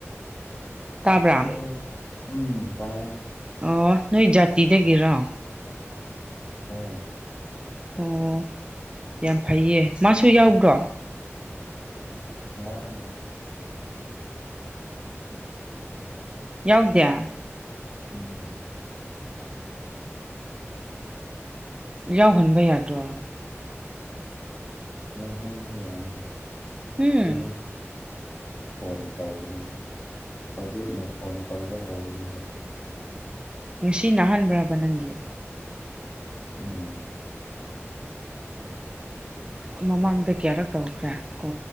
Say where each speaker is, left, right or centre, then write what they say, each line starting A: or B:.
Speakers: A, on the right (about 20°); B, on the left (about 45°).
A: ꯇꯥꯕ꯭ꯔꯥ
B: ꯑ ꯎꯝ ꯥꯏ
A: ꯑꯣ ꯅꯣꯏ ꯖꯥꯇꯤꯗꯒꯤꯔꯣ
B: ꯍꯣꯏ
A: ꯑꯣ ꯌꯥꯝ ꯐꯩꯌꯦ ꯃꯥꯁꯨ ꯌꯥꯎꯕ꯭ꯔꯣ
B: ꯌꯥꯎꯗꯦ
A: ꯌꯎꯗꯌꯥ
B: ꯎꯝ
A: ꯌꯥꯎꯍꯟꯕ ꯌꯥꯗ꯭ꯔꯣ
B: ꯌꯥꯎꯍꯟꯖꯦ ꯑꯩꯅ
A: ꯎꯝ
B: ꯑꯩꯁꯨ ꯐꯣꯟ ꯇꯧꯕꯅꯤꯅ ꯍꯧꯖꯤꯛꯅ ꯐꯣꯟ ꯇꯧꯕ ꯍꯧꯕꯅꯤꯗ
A: ꯉꯁꯤ ꯅꯥꯍꯟꯕ꯭ꯔꯕ ꯅꯪꯒꯤ
B: ꯎꯝ
A: ꯑꯣ ꯃꯃꯥꯡꯗ ꯀꯌꯥꯔꯛ ꯇꯧꯈ꯭ꯔꯦ ꯀꯣ